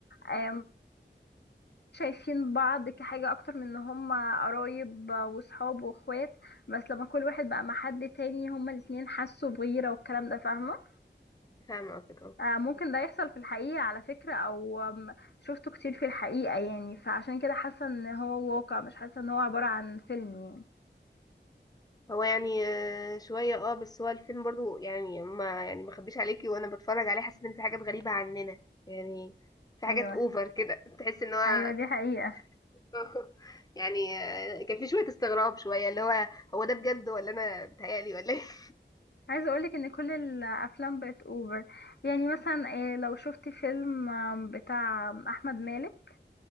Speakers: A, on the left; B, on the left.
A: آم، شايفين بعض كحاجه اكتر من ان هما قرايب وصحاب واخوات بس لما كل واحد بقى مع حد تاني هما الاتنين حسوا بغيره والكلام ده فاهمه
B: فاهمة قصدك اه
A: آه، ممكن ده يحصل في الحقيقه على فكره او آم، شفته كتير في الحقيقه يعني فعشان كده حاسه ان هو واقع مش حاسه ان هو عباره عن فيلم
B: هو يعني آه، شوية اه بس هو الفيلم برضو يعني ما يعني ما خبيش عليكي وانا بتفرج عليه حسيت ان في حاجات غريبة عننا يعني في حاجات
A: يعني ايوه
B: اوفر كده <laughs> تحس ان هو
A: ايوه دي حقيقة
B: <laughs> يعني آه، كان في شوية استغراب شوية اللي هو هو ده بجد ولا انا بتهيألي ولا ايه <laughs>
A: عايزة اقولك ان كل الافلام بقت اوفر يعني مثلا إيه، لو شفت فيلم آم، بتاع احمد مالك